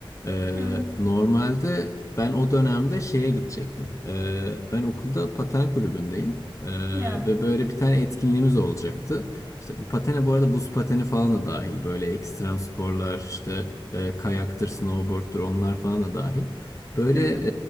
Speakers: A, on the left; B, on the right.
A: Ee,
B: Evet.
A: normalde ben o dönemde şeye gidecektim. Ee, ben okulda paten kulübündeyim. Ee,
B: Ya.
A: ve böyle bir tane etkinliğimiz olacaktı. İşte bu patene bu arada buz pateni falan da dahil. Böyle ekstrem sporlar işte e, kayaktır, snowboard'tur onlar falan da dahil. Böyle
B: Hı hı. Hı